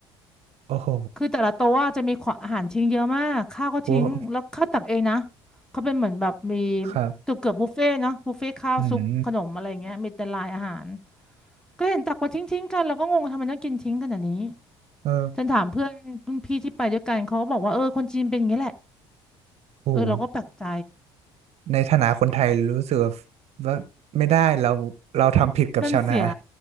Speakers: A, on the right; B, in the centre.
A: โอ้โห
B: คือแต่ละโต๊ะอะจะมีขวอาหารทิ้งเยอะมากข้าวก็ทิ้งแล้วข้าวตักเองนะ
A: โอ้โห
B: เขาเป็นเหมือนแบบมี
A: ครับ
B: เกือบเกือบบุฟเฟ่ต์เนาะบุฟเฟ่ต์ข้าวซุปขนมอะไรเงี้ยมีแต่ลายอาหาร
A: อืม
B: ก็เห็นตักมาทิ้งทิ้งกันแล้วก็งงทำไมต้องกินทิ้งขนาดนี้
A: เออ
B: ฉันถามเพื่อนรุ่นพี่ที่ไปด้วยกันเขาก็บอกว่าเออคนจีนเป็นอย่างนี้แหละ
A: โอ้โห
B: เออเราก็แปลกใจ
A: ในฐานะคนไทยรู้สึกว่าว่าไม่ได้เราเราทำผิดกับชาวนา
B: มันเสีย